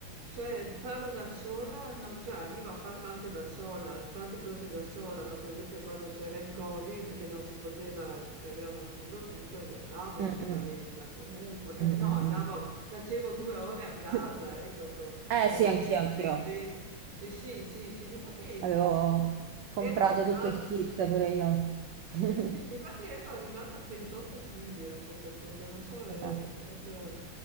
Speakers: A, on the right (about 85°); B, on the right (about 75°).
A: cioè farlo da sola no, cioè arrivo a far tante da sola, tante cose da sola, no, per esempio quando c'era il Covid che non si poteva, che avevano chiuso tutto, io andavo in
B: Mm, mm,
A: palestra comunque, eh,
B: mm,
A: no,
B: mm,
A: andavo,
B: mm.
A: facevo due ore a casa,
B: <laughs>
A: ecco, con-
B: Eh,
A: mi
B: sì,
A: ero
B: anch'io,
A: presa
B: anch'io.
A: dei pesi. Sì, sì, sì, sì, difatti
B: Avevo comprato
A: ero arrivata,
B: tutto il kit,
A: <laughs> sì.
B: pure io. <laughs>
A: Sì, sì, difatti ero arrivata a 38 kg a un certo punto, non so, è
B: Vabbè.
A: p- proprio